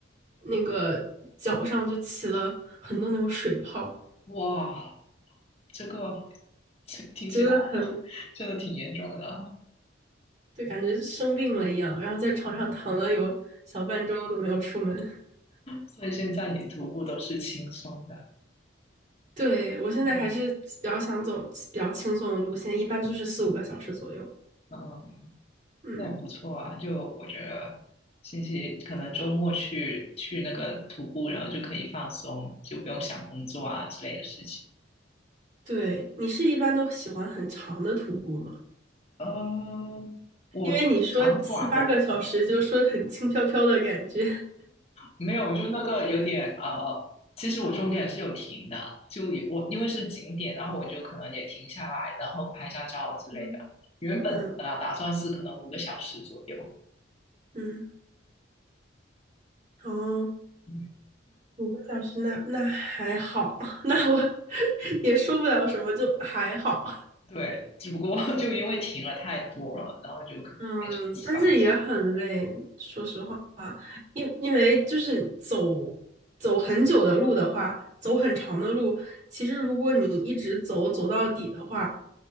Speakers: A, on the right; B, on the left.
A: 那个脚上就起了很多那种水泡。
B: 哇，这个这听起来
A: 真的很，
B: <laughs> 真的挺严重的啊
A: 就感觉生病了一样，然后在床上躺了有小半周都没有出门。
B: 嗯，
A: <laughs>
B: 所以现在你徒步都是轻松的。
A: 对，我现在还是比较想走比较轻松的路线，
B: 嗯
A: 一般就是四五个小时左右。
B: 嗯，
A: 嗯，
B: 那也不错啊。就我觉得星期可能周末去去那个徒步，然后就可以放松，就不用想工作啊之类的事情。
A: 对，你是一般都喜欢很长的徒步吗？
B: 呃，我长短都可以。
A: 因为你说七八个小时，就说很轻飘飘的感觉。<laughs>
B: 没有，就那个有点呃，呃其实我中间也是有停的，就也我因为是景点，然后我就可能也停下来，然后拍下照之类的。
A: 嗯
B: 原本本来打算是可能五个小时左右，
A: 嗯嗯，哦，
B: 嗯
A: 五个小时那那还好，<laughs> 那我 <laughs> 也说不了什么，就还好。
B: 对，只不过 <laughs> 就因为停了太多了，然后就可能变成七八个小
A: 嗯，但是也很累，说实话，因因为就是走走很久的路的话，走很长的路，其实如果你一直走走到底的话，